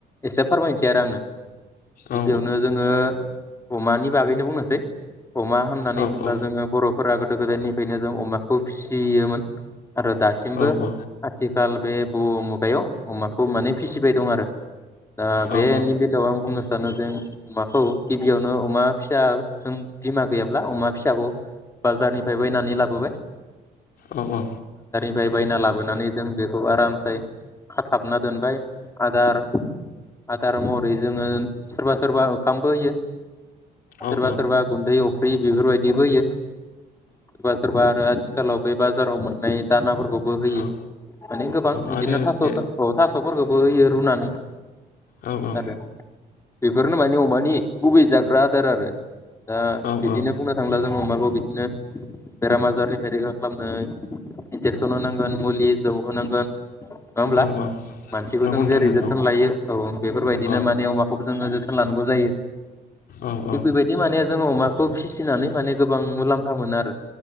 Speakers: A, on the left; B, on the left.
A: एसे फोरमायनोसै आरो आंङो गिबियावनो
B: औ
A: जोंङो अमानि बागैनो बुंनोसै अमा होननानै
B: औ
A: बुंब्ला
B: औ
A: जोंङो बर' फोरा गोदो-गोदायनिफ्रायनो जों अमाखौ फिसियोमोन आरो दासिमबो
B: औ औ
A: आथि खाल बे बुहुमुगायाव अमाखौ माने फिसिबाय दं आरो। दा बेनि
B: औ
A: बेलायाव आं बुंनो सा सानो जों अमाखौ गिबियावनो अमा फिसाजों बिमा गैयाब्ला अमा फिसाखौ बाजारनिफ्राय बायनानै लाबोबाय
B: औ औ
A: फ्राय बायना लाबोनानै जों बेखौ आरामसे खाथाबना दोनबाय आदार आ दार महरै जोंङो सोरबा सोरबा ओंखामबो होयो। सोरबा
B: औ
A: सोरबा गुन्दै अफ फि बेफोरबायदिबो होयो। सोरबा सोरबा आथिखालाव बे बाजाराव मोननाय दाना फोरखौबो होयो
B: औ
A: माने गोबां बिदिनो
B: आरो
A: थास'
B: बे
A: थास थास'फोरखौबो बो होयो रुनानै।
B: औ औ
A: आरो बेफोरनो माने अमानि गुबै जाग्रा दार आरो। दा
B: औ
A: बिदिनो
B: औ
A: बुंनो थांला जोङो अमाखौ बिदिनो बेराम आजारनिफ्राय रैखा खालामनो इनजेकसन होनांगोन मुलि जौ होनांगोन नङा होमब्ला
B: औ औ
A: मानसिखौ
B: नंगौ
A: जों
B: नोंथां
A: जेरै
B: नंगौ
A: जोथोन लायो औ बेफोरबायदिनो
B: औ
A: माने अमाखौबो जोङो जोथोन लानांगौ जायो।
B: औ
A: थिक
B: औ
A: बेबादि माने जोंङो अमाखौ फिसिनानै माने गोबां मुलाम्फा मोनो आरो।